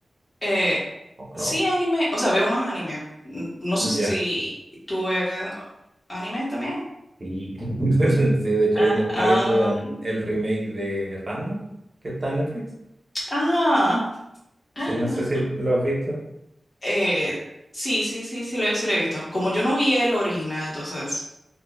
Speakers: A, on the left; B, on the right.
A: Eh,
B: Oh, no,
A: sí, anime, o sea, veo más anime. N- No sé
B: ya,
A: si tú ves anime también.
B: sí. <laughs> Sí, de hecho
A: Ah,
B: ayer me estaba
A: am,
B: viendo el remake de Ranma, que está en Netflix.
A: ah, <laughs>
B: Sí, no sé si lo has visto.
A: eh, sí, sí, sí, sí lo, sí lo he visto. Como yo no vi el original, entonces